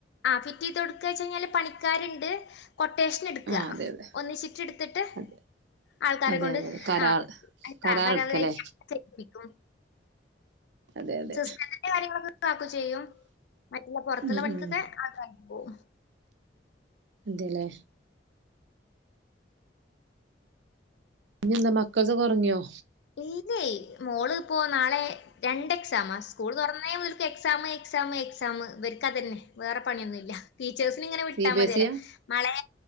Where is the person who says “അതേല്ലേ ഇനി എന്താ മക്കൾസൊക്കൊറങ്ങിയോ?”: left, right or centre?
Right